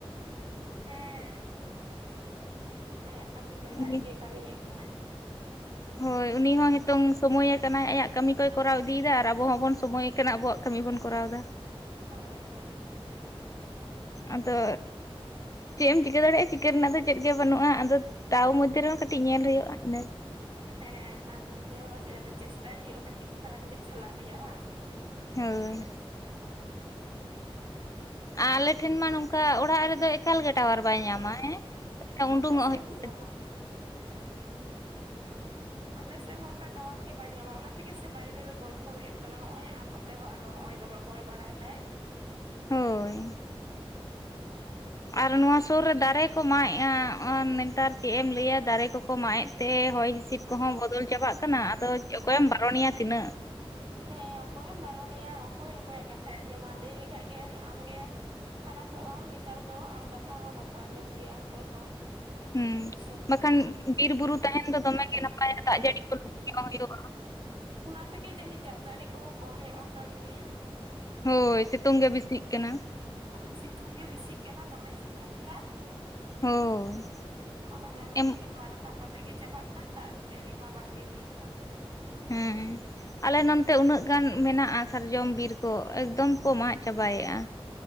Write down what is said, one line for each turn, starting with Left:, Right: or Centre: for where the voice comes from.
Right: ᱦᱮᱸ ᱟᱭᱟᱜ ᱠᱟᱹᱢᱤ ᱫᱚᱭ
Left: ᱩᱱᱤ
Right: ᱟᱡᱜᱮ ᱠᱟᱹᱢᱤᱭᱮᱫ ᱠᱟᱱᱟ᱾
Left: ᱦᱳᱭ ᱩᱱᱤ ᱦᱚᱸ ᱱᱤᱛᱚᱝ ᱥᱚᱢᱚᱭ ᱮᱫ ᱠᱟᱱᱟᱭ ᱟᱭᱟᱜ ᱠᱟᱹᱢᱤ ᱠᱚᱭ ᱠᱚᱨᱟᱣ ᱤᱫᱤᱭᱮᱫᱟ ᱟᱨ ᱟᱵᱚ ᱦᱚᱸᱵᱚᱱ ᱥᱚᱢᱚᱭ ᱠᱟᱱᱟ ᱟᱵᱚᱣᱟᱜ ᱠᱟᱹᱢᱤ ᱵᱚᱱ ᱠᱚᱨᱟᱣ ᱮᱫᱟ᱾
Right: ᱦᱳᱭ ᱦᱳᱭ
Left: ᱟᱫᱚ ᱪᱮᱫ ᱮᱢ ᱪᱤᱠᱟᱹ ᱫᱟᱲᱮᱭᱟᱜᱼᱟ᱾ ᱪᱤᱠᱟᱹ ᱨᱮᱱᱟᱜ ᱫᱚ ᱪᱮᱫ ᱜᱮ ᱵᱟᱹᱱᱩᱜᱼᱟ ᱟᱫᱚ ᱛᱟᱣ ᱢᱚᱫᱽᱫᱷᱮ ᱨᱮᱦᱚᱸ ᱠᱟᱹᱴᱤᱡ ᱧᱮᱞ ᱦᱩᱭᱩᱜᱼᱟ ᱤᱱᱟᱹ
Right: ᱦᱮᱸ ᱛᱟᱨ ᱢᱚᱫᱽᱫᱷᱮ ᱦᱚᱸ ᱪᱮᱥᱴᱟᱭ ᱦᱩᱭᱩᱜᱼᱟ ᱠᱟᱹᱴᱤᱡ ᱯᱷᱟᱨᱟᱠ ᱧᱚᱜ ᱪᱟᱞᱟᱜ ᱨᱮᱭᱟᱜ ᱵᱟᱝ
Left: ᱦᱳᱭ
Right: ᱟᱱᱛᱮ ᱠᱷᱚᱡ
Left: ᱟᱞᱮ ᱴᱷᱮᱱ ᱢᱟ ᱱᱚᱝᱠᱟ ᱚᱲᱟᱜ ᱨᱮᱫᱚ ᱮᱠᱟᱞᱜᱮ ᱴᱟᱣᱟᱨ ᱵᱟᱭ ᱧᱟᱢᱟᱭ ᱦᱮᱸ
Right: ᱟᱞᱮ
Left: ᱩᱰᱩᱝ-ᱚᱜ
Right: ᱥᱮᱫ
Left: ᱦᱩᱭᱩᱜ
Right: ᱦᱚᱸᱛᱚ ᱟᱞᱮᱥᱮᱫ ᱦᱚᱸ ᱚᱱᱠᱟ ᱴᱟᱣᱟᱨ ᱜᱮ ᱵᱟᱭ ᱧᱟᱢᱟ ᱚᱱᱟ ᱛᱮᱜᱮᱥᱮ ᱵᱟᱭᱨᱮ ᱨᱮ ᱜᱚᱞᱯᱷᱚ ᱦᱩᱭᱩᱜ ᱠᱟᱱᱟ ᱦᱚᱸᱜ-ᱚᱭ ᱟᱨ ᱱᱚ ᱛᱮᱦᱚᱸ ᱟᱨᱚ ᱦᱚᱸᱜᱭᱚᱭ ᱫᱚᱢᱮ ᱦᱚᱭ ᱵᱟᱲᱟᱭᱫᱟᱭ᱾
Left: ᱦᱳᱭ
Right: ᱦᱮᱸ
Left: ᱟᱨ ᱱᱚᱣᱟ ᱥᱩᱨ ᱨᱮ ᱫᱟᱨᱮ ᱠᱚ ᱢᱟᱜᱮ-ᱟ ᱟᱨ ᱱᱮᱛᱟᱨ ᱪᱮᱫ ᱮᱢ ᱞᱟᱹᱭᱟ ᱫᱟᱨᱮ ᱠᱚ ᱠᱚ ᱢᱟᱜ-ᱮᱫ ᱛᱮ ᱦᱚᱭ ᱦᱤᱸᱥᱤᱫ ᱠᱚᱦᱚᱸ ᱵᱚᱫᱚᱞ ᱪᱟᱵᱟᱜ ᱠᱟᱱᱟ᱾ ᱟᱫᱚ ᱚᱠᱚᱭᱮᱢ ᱵᱟᱨᱚᱱᱮᱭᱟ ᱛᱤᱱᱟᱹᱜ᱾
Right: ᱦᱮᱸ ᱚᱠᱚᱭᱮᱢ ᱵᱟᱨᱚᱱᱮᱭᱟ ᱚᱠᱚᱭ ᱚᱠᱚᱭᱟᱜ ᱠᱟᱛᱷᱟᱭ ᱟᱸᱡᱚᱢᱟ ᱞᱟᱹᱭ ᱞᱮᱠᱷᱟᱡ ᱜᱮ ᱟᱢᱜᱮ ᱠᱷᱟᱨᱟᱯᱚᱜᱼᱟᱢ ᱱᱮᱛᱟᱨ ᱫᱚ ᱟᱨ ᱠᱟᱛᱷᱟ ᱦᱚᱸ ᱵᱟᱠᱚ ᱟᱸᱡᱚᱢ ᱜᱮᱭᱟ ᱚᱠᱚᱭ ᱦᱚᱸ᱾
Left: ᱦᱮᱸ
Right: ᱦᱮᱸᱥᱮ ᱵᱟᱝ
Left: ᱵᱟᱠᱷᱟᱱ ᱵᱤᱨ ᱵᱩᱨᱩ ᱛᱟᱦᱮᱱ ᱫᱚ ᱫᱚᱢᱮ ᱜᱮ ᱱᱟᱯᱟᱭᱟ ᱫᱟᱜ ᱡᱟᱹᱲᱤ <inaudible> ᱦᱩᱭᱩᱜᱼᱟ᱾
Right: ᱚᱱᱟ ᱛᱮᱜᱮ ᱡᱟᱹᱱᱤᱡ ᱫᱟᱜ ᱫᱟᱹᱲᱤ ᱠᱚᱦᱚᱸ ᱠᱚᱢ ᱧᱚᱜ ᱟᱠᱟᱱ ᱜᱮᱭᱟ᱾
Left: ᱦᱳᱭ ᱥᱤᱛᱳᱝ ᱜᱮ ᱵᱮᱥᱤᱜ ᱠᱟᱱᱟ᱾
Right: ᱱᱚᱜᱼᱚᱭ ᱥᱤᱛᱩᱝ ᱜᱮ ᱵᱤᱥᱤᱜ ᱠᱟᱱᱟ ᱫᱚᱢᱮ ᱥᱤᱛᱩᱝ ᱫᱟ᱾
Left: ᱦᱳᱭ
Right: ᱚᱱᱮᱢᱟ
Left: ᱮᱢ
Right: ᱨᱤᱢᱤᱞ ᱢᱟ ᱨᱟᱠᱟᱵ ᱠᱟᱛᱮᱜ ᱜᱮ ᱪᱟᱵᱟᱜ ᱠᱟᱱ ᱫᱟᱜ ᱡᱟᱹᱲᱤ ᱢᱟ ᱵᱟᱝᱜᱮ ᱦᱩᱭᱩᱜ ᱠᱟᱱᱟ᱾ <inaudible>
Left: ᱦᱮᱸ ᱟᱞᱮ ᱱᱚᱱᱛᱮ ᱩᱱᱟᱹᱜ ᱜᱟᱱ ᱢᱮᱱᱟᱜᱼᱟ, ᱥᱟᱨᱡᱚᱢ ᱵᱤᱨ ᱠᱚ ᱮᱠᱫᱚᱢ ᱠᱚ ᱢᱟᱜ ᱪᱟᱵᱟᱭᱮᱫᱼᱟ᱾